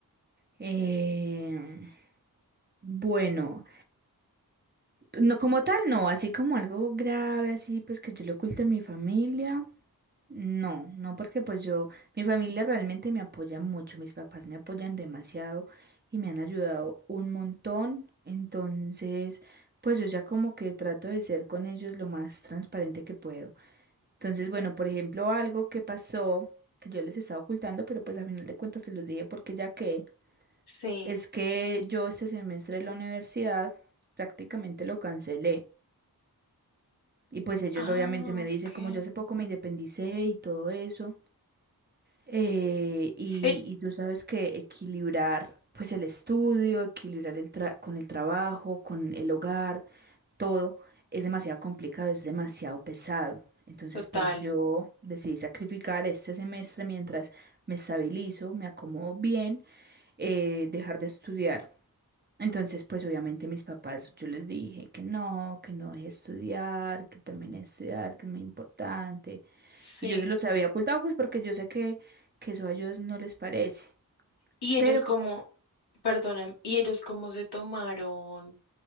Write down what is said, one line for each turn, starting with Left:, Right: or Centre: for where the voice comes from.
Right: em, bueno, no como tal, no, así como algo grave, así pues que yo le oculte a mi familia. No, no porque pues yo, mi familia realmente me apoya mucho, mis papás me apoyan demasiado y me han ayudado un montón, entonces pues yo ya como que trato de ser con ellos lo más transparente que puedo. Entonces, bueno, por ejemplo, algo que pasó que yo les estaba ocultando, pero pues a final de cuentas se los dije porque ya que
Left: Sí.
Right: es que yo este semestre de la universidad prácticamente lo cancelé y pues ellos
Left: Ah,
Right: obviamente me
Left: ok.
Right: dicen como yo hace poco me independicé y todo eso. Eh, y,
Left: Ell-
Right: y tú sabes que equilibrar pues el estudio, equilibrar el tra- con el trabajo, con el hogar, todo es demasiado complicado, es demasiado pesado. Entonces
Left: Total,
Right: pues yo decidí sacrificar este semestre mientras me estabilizo, me acomodo bien, eh, dejar de estudiar. Entonces pues obviamente mis papás, yo les dije que no, que no deje de estudiar, que termine de estudiar, que es muy importante.
Left: sí.
Right: Y yo se los había ocultado, pues porque yo sé que, que eso a ellos no les parece.
Left: Y
Right: Pero
Left: ellos como,
Right: pues,
Left: perdonen, y ellos como se tomaron